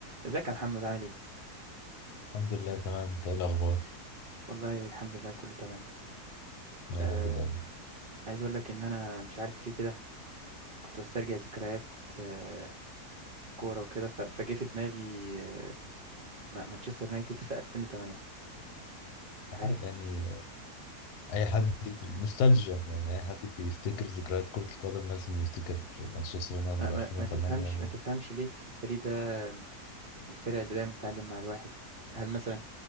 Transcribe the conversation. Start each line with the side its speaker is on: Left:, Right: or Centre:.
Right: ازيك يا محمد عامل ايه
Left: الحمد لله تمام إنت ايه الاخبار
Right: والله الحمد لله كله تمام
Left: يا
Right: آه
Left: رب دايما
Right: عايز اقول لك ان انا مش عارف ليه كده كنت بسترجع ذكريات آه كوره وكده ف- فجه في دماغي آه ما- مانشستر يونايتد في 2008
Left: آه،
Right: عارف
Left: يعني اي حد ب- نوستالجيا يعني اي حد بيفتكر ذكريات كرة القدم لازم يفتكر مانشستر يونايتد
Right: ما, ما,
Left: 2008
Right: ما تفهمش
Left: و...
Right: ما تفهمش ليه الفريق ده من الفرق اللي دايما بتعلم مع الواحد هل مثلا